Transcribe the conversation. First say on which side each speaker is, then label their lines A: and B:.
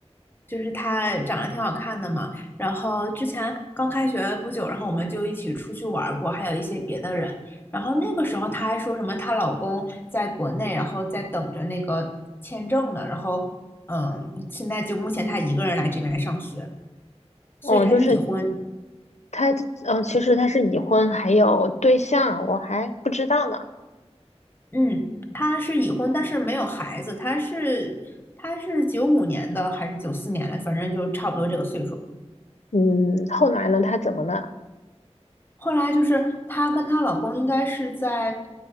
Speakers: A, on the left; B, on the left.
A: 就是她长得挺好看的嘛。然后之前刚开学不久，然后我们就一起出去玩儿过，还有一些别的人。然后那个时候她还说什么她老公在国内，然后在等着那个签证呢。然后，嗯，现在就目前她一个人来这边上学，所以她是已婚。
B: 哦，就是他，嗯，其实他是已婚，还有对象，我还不知道呢。
A: 嗯，他是已婚，但是没有孩子。他是他是九五年的还是九四年的？反正就差不多这个岁数。
B: 嗯，后来呢，他怎么了？
A: 后来就是她跟她老公应该是在